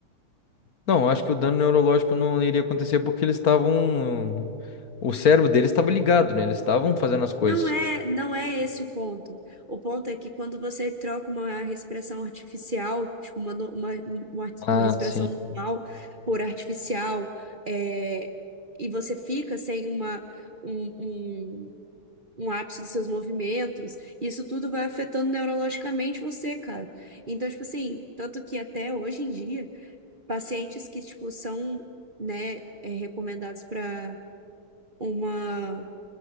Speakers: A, on the left; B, on the right.
A: Não, acho que o dano neurológico não iria acontecer porque eles estavam. O cérebro deles estava ligado, né? Eles estavam fazendo as coisas.
B: Não é, não é esse o ponto. O ponto é que quando você troca uma respiração artificial, tipo, uma, no- uma, uma,
A: Ah,
B: uma respiração
A: sim.
B: normal por artificial, é, e você fica sem uma, um, um, um ápice dos seus movimentos, isso tudo vai afetando neurologicamente você, cara. Então, tipo assim, tanto que até hoje em dia, pacientes que, tipo, são, né, é, recomendados para uma